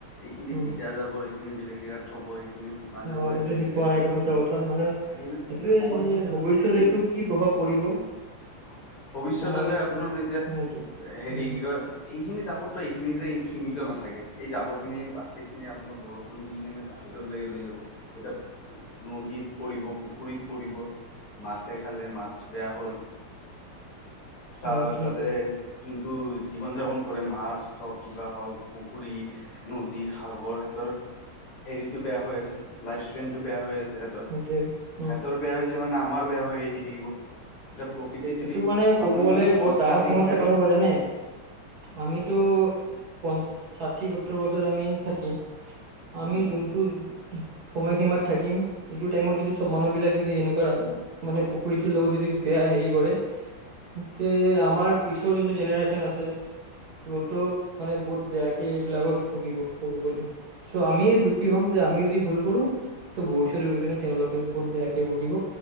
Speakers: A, on the left; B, on the right.
A: এইখিনি
B: উ
A: ভিজা যাব, এইখিনি বেলেগ জেগাত থব, এইখিনি শুকান জাৱৰ,
B: অ এইবিলাক
A: এইখিনি
B: শিকোৱা
A: বেলেগ ইয়াত
B: নাই এইটো
A: থ'ব,
B: সঁচা কথা মানে
A: স
B: এইটোয়ে
A: সেই সমাজ
B: যে
A: বিজ্ঞানত
B: ভৱিষ্যত এইটো
A: এই
B: কি প্ৰভাৱ পৰিব
A: ভৱিষ্যতলৈ
B: সমাজত
A: আপোনাৰ
B: কি
A: এতিয়া,
B: অ এইটোৱে
A: হেৰি
B: উম
A: কি কয়। এইখিনি জাবৰটো এইখিনিতে সীমিত নাথাকে, এই জাবৰ খিনি এই প্লাষ্টিক খিনি আপোনাৰ বৰষুণ দি কেনে বাহিৰত ল লৈ যাব এতিয়া নদীত পৰিব, পুখুৰীত পৰিব। মাছে খালে মাছ বেয়া হ'ল। তাৰ
B: উম সেইটোৱে
A: তাতে যোনটো জীৱন যাপন কৰে মাছ হওঁক, কিবা হওঁক, পুখুৰী নদী, সাগৰ সিহঁতৰ হেৰিতটো বেয়া হৈ আছে। লাইফ চেইনটো বেয়া হৈ আছে সেহেতৰ,
B: সেইটোৱে
A: সেহেতৰ
B: উম
A: বেয়া হৈছে মানে আমাৰ বেয়া হৈ আহি থাকিব। এতিয়া প্ৰকৃতি যদি
B: এইটো মানে
A: আপুনি
B: ক'ব গ'লে
A: যদি গছ
B: বহুত ডাঙৰ
A: কাটি
B: সমস্যা
A: কাটি
B: কাৰ হ'ব জানে? আমিতো প ষাঠি সত্তৰ বছৰ আমি থাকিম। আমি
A: হম
B: যোনটো সময়সীমাত থাকিম, এইটো টাইমত যদি সব মানুহ বিলাক যদি এনেকুৱা মানে প্ৰকৃতিৰ লগত যদি বেয়া হেৰি কৰে, তে আমাৰ পিছৰ যোনটো জেনেৰেশ্যন আছে। সিহঁতক মানে বহুত বেয়াকে এইবিলাকত ভুগিব ক'ব গ'লে। ত' আমি দুখী হম যে, আমি যদি ভুল কৰো ত' ভৱিষ্যতে গৈ কিনে তেওঁলোকে বহুত বেয়াকে ভুগিব,